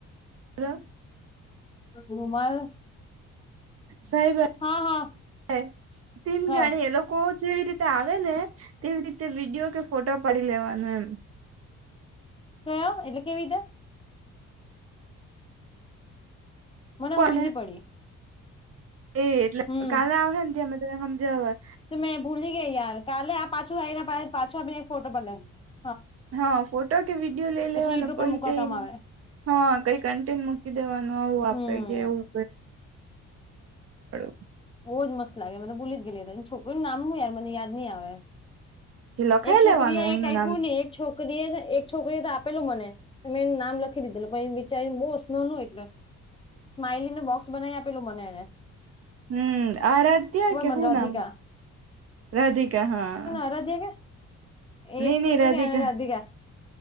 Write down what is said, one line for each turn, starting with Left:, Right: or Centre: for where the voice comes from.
Right: <unintelligible>
Left: રૂમાલ
Right: સાહેબ
Left: હા હા
Right: <inaudible> તીન
Left: હા
Right: ગણીએ લોકો જેવી રીતે આવે ને તેવી રીતે વિડીયો કે ફોટો પાડી લેવાનું એમ
Left: તો એટલે કેવીતે? મને હમજની
Right: કોને
Left: પડી
Right: એ એટલે
Left: હમ
Right: કાલે આવહે ને ત્યાં મેં તને હમજાવા
Left: તો મેં ભૂલી ગેય યાર! કાલે આ પાછું આઈને પાછું આપીને એક ફોટો <unintelligible>
Right: હા ફોટો કે વિડીયો લઇ લેવાનો
Left: પછી યુટ્યુબ
Right: પહિ
Left: પર મૂકવા
Right: કઈ
Left: કામ આવે
Right: હા કંઈ કન્ટીન મૂકી દેવાનું આવું
Left: હમ
Right: આપે કે એવું <unintelligible>
Left: બોવ જ મસ્ત લાગે મેં તો ભૂલી જ ગેલી એ તો એની છોકરીનું નામ હું યાર મને યાદ ની આવે
Right: જે લખાઈ
Left: એક છોકરીએ
Right: લેવાનું
Left: એક
Right: એનું
Left: આપ્યું
Right: નામ
Left: ને એક છોકરી જ એક છોકરીએ તો આપેલું મને તો મેં એનું નામ લખી દીધેલું પણ એ બિચારીને બહુ <unintelligible> એટલે સ્માઈલીનું બોક્સ બનાય આપેલું મને એણે
Right: હમ્મ આરાધ્યા કે
Left: મને
Right: હુ
Left: રાધિકા
Right: નામ? રાધિકા હા
Left: આરાદ્યા કે?
Right: ની
Left: એક તો
Right: ની
Left: જો
Right: રાધીકા
Left: ને એને રાધિકા